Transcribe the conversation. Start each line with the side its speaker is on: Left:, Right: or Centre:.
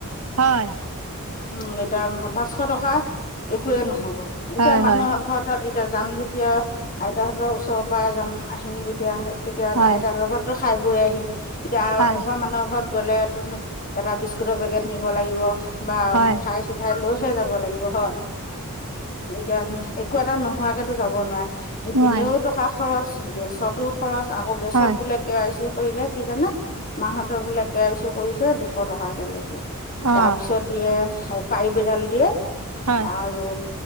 Right: হয়
Left: উম এতিয়া পাঁচশ টকা একোয়ে নহব এতিয়া
Right: হয়,
Left: মানুহৰ
Right: হয়,
Left: ঘৰত তত এতিয়া যাম যেতিয়া আইতাহঁতৰ ওচৰৰ পাই যাম আহিম যেতিয়া তেতিয়া
Right: হয়,
Left: আইতাহঁতৰ ঘত টো খাই বৈ আহিম এতিয়া
Right: হয়।
Left: এঘৰ মানুহৰ ঘৰত গ'লেতোনো এটা বিস্কুটৰ পেকেট নিব লাগিব বা
Right: হয়
Left: মিঠাই চিঠাই লৈহে যাব লাগিব। হয় এতিয়া একো এটা নোহোৱাকেতো যাব নোৱায়ে সেইপিনেও
Right: নোৱাৰে
Left: টকা খৰচ গেছতো খৰচ আকৌ গেছত
Right: হয়
Left: বোলে কে আই চি কৰিলে কি জানে মাহঁতৰ বোলে কে আই চি কৰিছে দুশ টকাকে লৈছে
Right: অ
Left: তাৰ পিছত দিয়ে পাইপ এডাল দিয়ে
Right: হয়
Left: আৰু